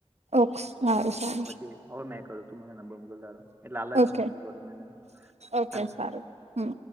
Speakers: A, on the right; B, on the right.
A: ઓક સારું સારું
B: પછી હવે મેં કરું ત મને નંબર મોકલારો એટલે આલા જ
A: ઓકે
B: નંબર
A: ઓકે
B: હા હમ
A: સારું હમ